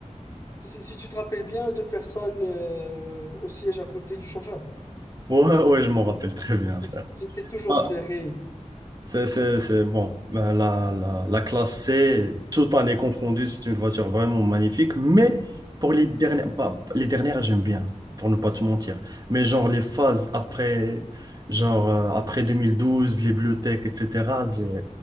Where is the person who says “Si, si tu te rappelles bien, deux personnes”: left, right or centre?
Left